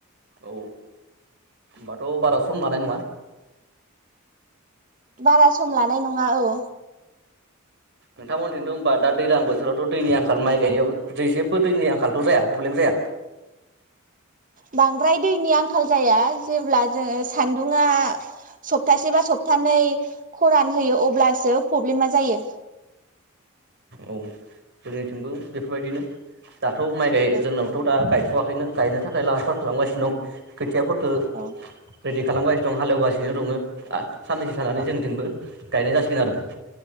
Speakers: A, on the right; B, on the right.
A: औ होनबाथ बारा सम लानाय नङा।
B: बारा सम लानाय नङा औ
A: नोंथांमोनथिंथ होनबा दा दैज्लां बोथोरावथ दैनि आंखाल माइ गायनायाव दै जेबो दैनि आंखालथ जाया प्रब्लेम जाया?
B: बांद्राय दैनि आं खाल जाया जेब्ला जोङो सान्दुङा सप्तासे बा सप्तानै खरान होयो अब्लासो प्रब्लेमा जायो।
A: औ जोंनिथिंबो बेफोरबायदिनो। दाथ माइ गाय
B: औ
A: जोंनावथ दा गाय थआखैनो गायनो थाखाय लाहार फाहार खालामगासिनो दं खोथियाफोर ओ।
B: औ
A: रेडि खालामगासिनो दं हालेवगासिनो दङो। साननैसो थानानै
B: औ
A: जोंनि थिंबो गायनाय जासिगोन आरो।